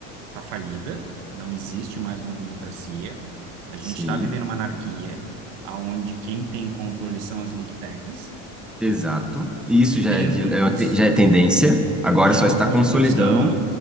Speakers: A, on the right; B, in the centre.
A: está falida, não existe mais uma democracia. A gente
B: Sim,
A: está vivendo uma anarquia, aonde quem tem controle são as big techs,
B: exato. Isso
A: e
B: já
A: dentro
B: é, de-
A: disso
B: é uma te- já é tendência, agora
A: já
B: só
A: é uma
B: está
A: construção,
B: consolidando.